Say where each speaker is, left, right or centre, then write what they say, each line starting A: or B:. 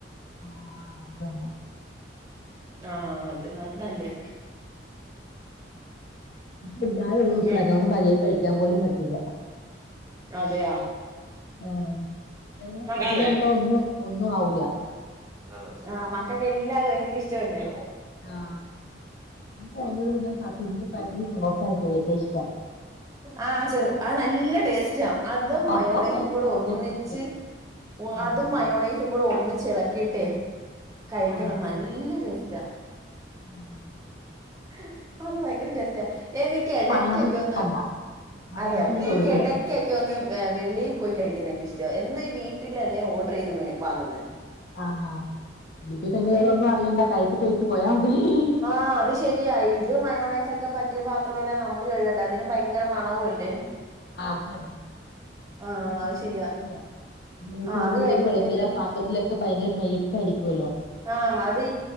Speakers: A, on the left; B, on the right.
A: ആഹ് ആഹ് ആഹ് അതന്നെ
B: ആഹ് അത് അത് നല്ലയാ
A: പില്ലായൊള്ളൂസ
B: ഉം
A: അതോണ്ട് മര്യാക്ക് കഴിക്കാൻ പോലും പറ്റില്ല
B: അതെയാ
A: ആഹ് ജനങ്ങളെ
B: മക്ക
A: <unintelligible> തൊന്നും ഒന്നും ആവൂല്ല
B: ആഹ് മക്കൾക്കെല്ലാം അത് ഭയങ്കര ഇഷ്ടമല്ലേ
A: ആഹ് എനിക്ക് അതിന്റെ കൂടെ പിന്നെ പ കുഞ്ഞി പാക്കറ്റ് സോസ എനിക്ക് ഏറ്റവും ഇഷ്ടം
B: ആഹ് ചെറു അത് നല്ല ടേസ്റ്റാ അതും
A: അതാ
B: മയോണൈസും
A: സോസ്
B: കൂടെ
A: നല്ല
B: ഒന്നിച്ച്
A: ടേസ്റ്റ് ആഹ്
B: അതും മയോണൈസും കൂടെ ഒന്നിച്ചിളക്കിയിട്ട് കഴിക്കണം
A: ആഹ്
B: നല്ല ടേസ്റ്റ് റ്റാ
A: ഉം.
B: ഹ് അത് ഭയങ്കര ടേസ്റ്റാ എനിക്ക് എടക്കൊക്കെ
A: മയോണൈസ് ഇഷ്ടല്ല
B: ഒന്ന്.
A: മയോണൈസ്
B: അതെയോ.
A: ഞാൻ
B: എനിക്ക്
A: തൊടൂല
B: എടക്കൊക് ക്കൊന്ന് ഏ വെളീൽ പോയി കഴിക്കുന്നെക്കിഷ്ടം. എന്നു ഈ വീട്ടിലല്ലേ ഓഡർയ്ത് വേ വാങ്ങുന്ന.
A: ആ, കിട്ടി കഴിഞ്ഞയ്ഞ്ഞ വേറെ
B: എനി
A: ഒന്നും അറിയണ്ട കഴിച്ചിട്ടെണീറ്റ് പോയാ മതി <unintelligible>
B: ആ, അത് ശരിയാ. യിത് മയോണൈസൊക്കെ പറ്റിയ പാത്രോം എല്ലാം നമ്മള് കഴുകണ്ടേ. അതിനും ഭയങ്ക ങ്കര മണവു അല്ലേ?
A: ആ അതുതന്നെ.
B: ആ
A: നമുക്ക്
B: അത്
A: നല്ല
B: ശരിയാ
A: ജോലിയാ.
B: ആ
A: കുഴിമന്ത്യക്ക്
B: അത് കഴിയുമ്പോഴത്തേക്കും
A: വിളമ്പ്യരാ ആ പാ പ്പത്തെ മത്തി ഭയങ്കര മെഴക്കായിരിക്കൊല്ലോ
B: ആഹ് അതീ